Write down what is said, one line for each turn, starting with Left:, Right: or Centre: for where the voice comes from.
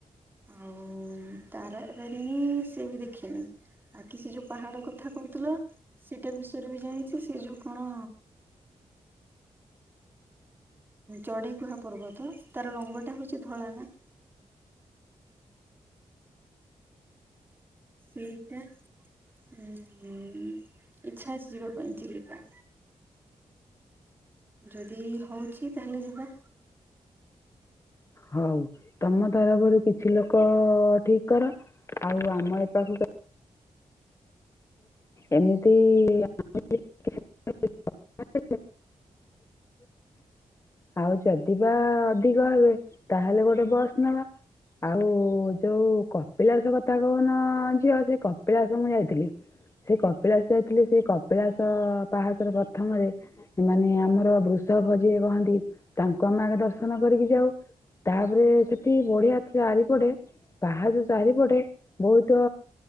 Right: ଆଉ ତାରା ତାରିଣୀ ସେ ବି ଦେଖିନି। ବାକିି ସେ ଯୋଉ ପାହାଡ କଥା କହୁଥିଲ ସେଟା ବିଷୟରେ ବି ଜାଣିଛି ସେ ଯୋଉ କଣ ଚଢେଇ ଗୁହା ପର୍ବତ ତାର ରଙ୍ଗଟା ହଉଛି ଧଳା ନା। ସେଇଟା ଇଚ୍ଛା ଅଛି ଯିବା ପାଇଁ ଚିଲିକା। ଯଦି ହଉଛି ତାହେଲେ ଯିବା।
Left: ହଉ। ତମ ତରଫରୁ କିଛି ଲୋକ ଠିକ୍ କର ଆଉ ଆମ ଏ ପାଖକୁ ଏମିତି <inaudible> ଆଉ ଯଦିବା ଅଧିକ ହେବେ ତାହେଲେ ଗୋଟେ ବସ୍ ନବା। ଆଉ ଯୋଉ କପିଳାସ କଥା କହୁନ ଝିଅ ସେ କପିଳାସ ମୁଁ ଯାଇଥିଲି। ସେ କପିଳାସ ଯାଇଥିଲି। ସେ କପିଳାସ ପାହାଚର ପ୍ରଥମରେ ମାନେ ଆମର ବୃଷଭ ଯିଏ କହନ୍ତି ତାଙ୍କୁ ଆମେ ଆଗେ ଦର୍ଶନ କରିକି ଯାଉ। ତାପରେ ସେଠି ବଢିଆ ଚାରିପଟେ ପାହାଚ ଚାରିପଟେ ବହୁତ